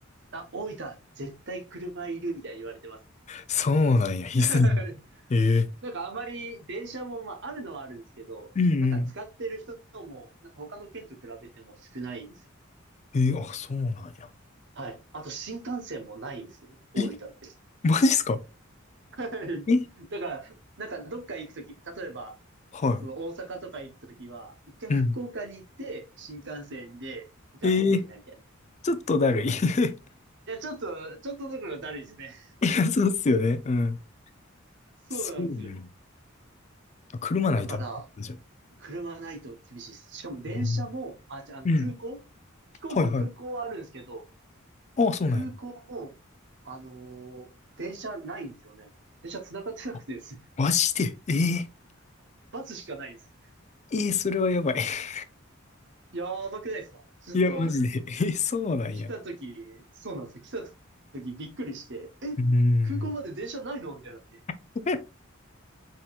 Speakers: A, on the right; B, on the left.
A: あ、大分、絶対車いる、みたいに言われてますね。
B: そうなんや、必須。
A: <laughs>
B: ええ
A: なんかあまり電車も、まあ、あるのはあるんですけど、
B: うんうん。
A: なんか使ってる人も、なんか他の県と比べても少ないんですよ。
B: ええあ、そうなんや。
A: はい。あと新幹線もないんですよ。大分って。
B: え、マジっすか
A: は
B: え
A: い。だから、ふなんかどっか行くとき、例えば、
B: は
A: その大阪とか行くときは、一回福岡に行って、
B: い。うん。
A: 新幹線で行かないといけないみたいな。
B: ええ
A: い
B: ちょっとだるい。<laughs>
A: や、ちょっと、ちょっとだからだるいですね。
B: いや、そうっすよね。うん。
A: そうなんですよ。
B: そうね。あ、車ないとあかんじゃん。
A: だから、車ないと厳しいです。しかも電車も、
B: うん。
A: あ、じゃあ、あの空港
B: うん。
A: 飛行機、
B: はいはい。
A: 空港はあるんですけど、
B: ああ、そうなんや。
A: 空港も、あのー電車ないんですよね。電車繋がってなくてですね。
B: あマジでええ
A: <laughs> バスしかないんです。
B: ええそれはやばい。<laughs>
A: やばくないですかちょっと
B: いや、マジで。ええそうなんや。
A: 来た時、そうなんですよ。来た時びっくりして、え、
B: うん。
A: 空港まで電車ないのみたいになって。
B: <laughs>